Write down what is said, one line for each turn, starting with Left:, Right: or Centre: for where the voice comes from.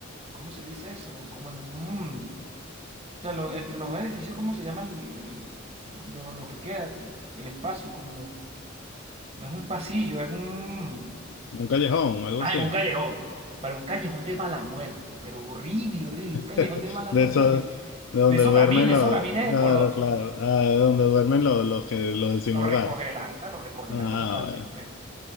Right: ¿cómo se dice eso? Como en un, o sea, lo- entre los dos edificios, ¿cómo se llama el- el- lo, lo que queda? El espacio, como, no es un pasillo, es un...
Left: Un callejón, algo
Right: Ah,
Left: así.
Right: en un callejón. Pero un callejón de mala muerte. Pero horrible, horrible. Un callejón
Left: <laughs>
Right: de mala
Left: De
Right: muerte
Left: esos,
Right: horrible.
Left: de donde
Right: De esos
Left: duermen
Right: camines,
Left: los,
Right: esos camines de
Left: claro,
Right: Colombia.
Left: claro. Ah, de donde duermen los, los que los de sin
Right: Lo
Left: hogar.
Right: recoge lata, lo recoge
Left: Ah,
Right: lata totalmente.
Left: bueno.